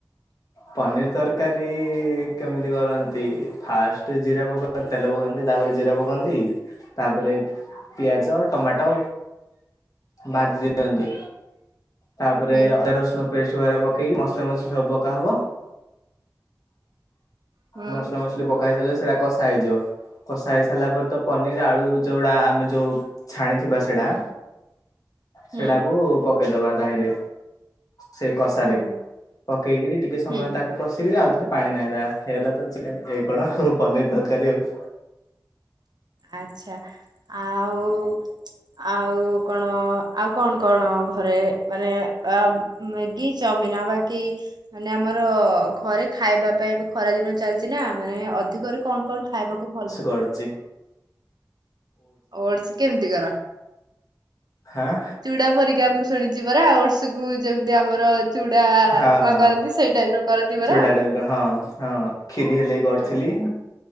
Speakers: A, on the left; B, on the right.
A: ପନିର ତରକାରୀ କେମିତି କରନ୍ତି ଫାଷ୍ଟ ଜିରା ପକା ତେଲ ପକାନ୍ତି ତାପରେ ଜିରା ପକାନ୍ତି ତାପରେ ପିଆଜ ଟମାଟୋ ବାଜି ଦିଅନ୍ତି। ତାପରେ
B: ହୁଁ
A: ଅଦା ରସୁଣ ପେଷ୍ଟ ବାା ପକେଇକି ମସଲା ମସଲି ସବୁ ପକା ହବ
B: ହୁଁ
A: ମସଲା ମସଲି ପକା ହେଇସାରିଲ ସେଟା କଷା ହେଇଯିବ। କଷା ହେଇ ସାରିଲା ପରେ ତ ପନିର ଆଳୁ ଯୋଉଟା ଆମେ ଯୋଉ ଛାଣିଥିବା ସେଇଟା
B: ହୁଁ
A: ସେଟାକୁ ପକେଇଦବା ତାହିଁରେ। ସେ କଷାରେ
B: ହୁଁ
A: ପକେଇକିରି ଟିକେ ସମୟ
B: ହୁଁ
A: ତାକୁ କଷିକିରି ଆଉ ଥରେ ପାଣି ନାାଇଁ ଦା ହେଇଗଲା ତ ଚିକେନ ଏଇ କଣ ଆଉ ପନିର ତରକାରୀ ଆଉ।
B: ଆଛା ଆଉ। ଆଉ କଣ ଆଉ କଣ କଣ ଘରେ ମାନେ ଅ ମ୍ୟାଗି ଚାଉମିିନ ଆ ବାକି ମାନେ ଆମର ଘରେ ଖାଇବା ପାଇଁ ଏବେ ଖରା ଦିନ ଚାଲିଛି ନା ମାନେ ଅଧିକରେ କଣ କଣ ଖାଇବାକୁ ଭଲ
A: ପଡଚି
B: ଓଡସ କେମିତି କର?
A: ହାଁ
B: ଚୁଡ଼ା ପରିକା ମୁଁ ଶୁଣିଛି ପରା ଓଡସ୍। ଗୁ ଯେମିତି ଆମର ଚୁଡ଼ା
A: ହଁ
B: ଉପମା
A: ହଁ
B: କରନ୍ତି ସେଇ ଟାଇପ ର କରନ୍ତି ପରା।
A: ଚୁଡା ଟାଇପ ହଁ ହଁ କ୍ଷିରି ହେଲେ କରିଥିଲି
B: ତ